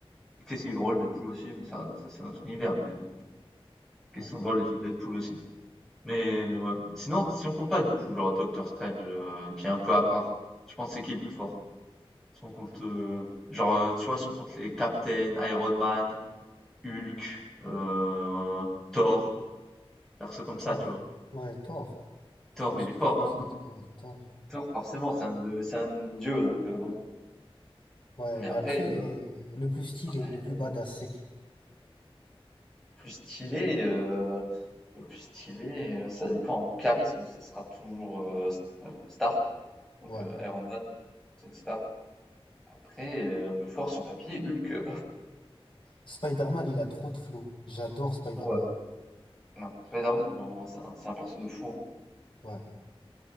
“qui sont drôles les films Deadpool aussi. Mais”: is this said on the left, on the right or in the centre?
Centre